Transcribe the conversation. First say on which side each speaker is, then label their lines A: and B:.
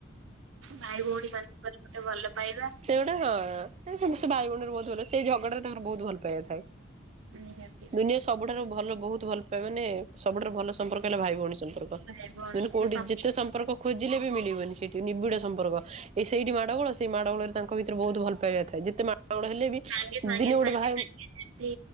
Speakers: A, on the right; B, on the right.
A: ଭାଇ ଭଉଣୀ ମାନଙ୍କରେ ଗୋଟେ ଭଲ ପାଇବା।
B: ସେଉଡା ହଁ ଏ ସେ ସେ ଭାଇ ଭଉଣୀରେ ବହୁତ ଭଲ, ସେଇ ଝଗଡାରେ ତାଙ୍କର ବହୁତ ଭଲ ପାଇବା ଥାଏ।
A: ନିହାତି।
B: ନେ ସବୁଠାରୁ ଭଲ ବହୁତ ଭଲ ପାଏ ମାନେ ସବୁଠାରୁ ଭଲ ସମ୍ପର୍କ ହେଲା ଭାଇ ଭଉଣୀ ସମ୍ପର୍କ।
A: ଭାଇ ଭଉଣୀ
B: ମାନେ କୋଉଠି
A: ସେ ସମ
B: ଯେତେ ସମ୍ପର୍କ ଖୋଜିଲେ ବି ମିଳିବନି ସେଠି ନିବିଡ ସମ୍ପର୍କ। ଏଇ ସେଇଠି ମାଡ଼ ଗୋଳ ସେଇ ମାଡ଼ ଗୋଳରେ ତାଙ୍କ ଭିତରେ ବହୁତ ଭଲ ପାଇବା ଥାଏ। ଯେତେ ମାଡ଼ ଗୋଳ ହେଲେ ବି
A: ସାଙ୍ଗେ ସାଙ୍ଗେ
B: ଦିନେ ଗୋଟେ
A: ସାଙ୍ଗେ
B: ଭାଇ
A: ସାଙ୍ଗେ ଯଦି